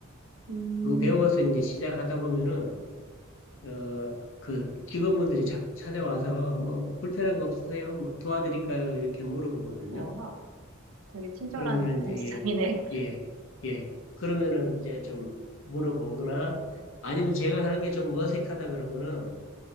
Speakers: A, on the right (about 75°); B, on the left (about 65°).
A: 음,
B: 그거 배워서 이제 시작하다 보면은, 어, 그 직원분들이 자- 찾아와서 뭐 불편한 거 없으세요? 뭐 도와드릴까요? 이렇게 물어보거든요.
A: 와, 되게 친절한
B: 그러면은 이제
A: 헬스장이네요.
B: 예, 예, 예. 그러면은 이제 좀 물어보거나 아니면 제가 하는 게 좀 어색하다 그러면은